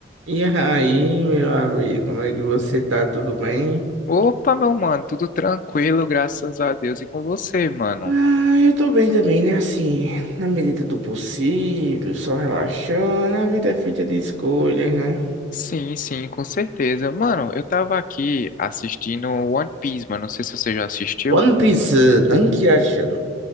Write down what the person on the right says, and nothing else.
E aí, meu amigo, como é que você tá? Tudo bem?
Ah, eu tô bem também, né? Assim, na medida do possível, só relaxando. A vida é feita de escolhas, né?
One Piece, eh, Bankirashan.